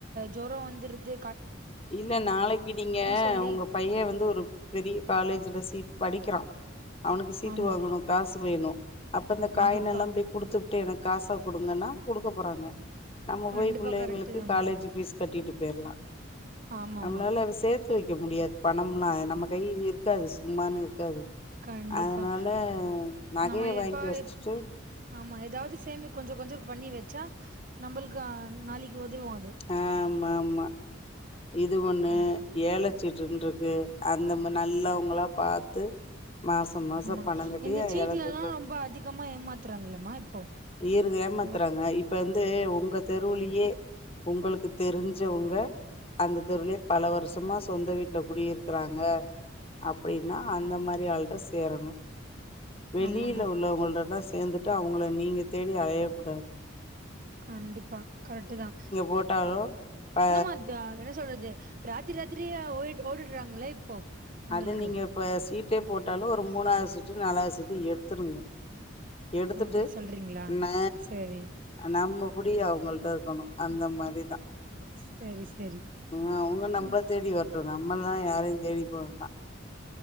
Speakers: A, on the right (about 40°); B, on the left (about 30°).
A: ஜொரொ வந்துடுது
B: இல்ல நாளைக்கி நீங்க
A: சொல்லி
B: உங்க பையன் வந்து ஒரு பெரிய காலேஜுல சீட் படிக்கிறான் அவனுக்கு சீட்டு
A: ஆமா
B: வாங்கணு காசு வேணு அப்ப இந்த
A: கண்டிப்பா
B: காயினெல்லா போய் குடுத்துவுட்டு எனக்கு காசா குடுங்கன்னா குடுக்க போறாங்க நம்ம
A: கண்டிப்பா
B: போய் பிள்ளைங்களுக்கு
A: கரெக்ட் தாம்மா
B: காலேஜ் ஃபீஸ் கட்டிட்டு போய்ரலா
A: ஆமாமா
B: நம்ளால சேத் து வைக்க முடியாது பணம்ன்னா நம்ம கை இருக்காது சும்மானு து
A: கண்டிப்பா
B: அதுனால உ நகய
A: நம்ம
B: வாங்கி
A: எப்ப
B: வச்சுட்டு
A: எப்- ஆமா ஏதாவது சேமி கொஞ்சோ கொஞ்சோ பண்ணி வச்சா நம்மளுக்கு நாளைக்கு உதவு அது
B: ஆ, ஆமா ஆமா இது ஒண்ணு
A: ம்
B: ஏல சீட்டுன்னு இருக்கு அந்த மாரி நல்லவங்களா பாத்து மாசம் மாசம்
A: ஆமா
B: பணம் கட்டி
A: இந்த சீட்ல
B: ஏலச்சீட்டு
A: எல்லா ரொம்ப அதிகமா ஏமாத்துறாங்கல்லம்மா இப்போ
B: இரு ஏமாத்துறாங்க
A: உங்க
B: இப்ப வந்து வந்து உங்க தெருவுலயே உங்களுக்கு தெரிஞ்சவங்க அந்த தெருவுலயே பல வருஷமா சொந்த வீட்ல குடியிருக்குறாங்க அப்டின்னா அந்த மாரி ஆளுட்ட சேரணு வெளில
A: ஆமாமா
B: சேந்துட்டு உள்ளவங்கள்ட்டலா சேந்துட்டு அவங்கள நீங்க தேடி அழைய கூடாது
A: கண்டிப்பா கரெக்ட் தா
B: போட்டாலு அ
A: என்னம்மா இது என்ன சொல்றது ரா த்திரி ராத்திரியா ஓடி ஓடிட்றாங்களே இப்போ உங்களுக்கு
B: அது நீங்க இப்ப சீட்டே போட்டாலு ஒரு மூணாவது சீட்டு நாலாவது சீட்டு எடுத்துருனு எடுத்துட்டு
A: அப்டி சொல்றீங்களா
B: ந
A: சரி
B: நம்ம புடி அவங்கள்ட்ட இருக்கணு அந்தமாரிதா
A: சரி சரி
B: ஆ, அவங்க நம்மள
A: ம்
B: தேடி வரட்டு நம்மல்லா யாரையு தேடி போ வேண்டா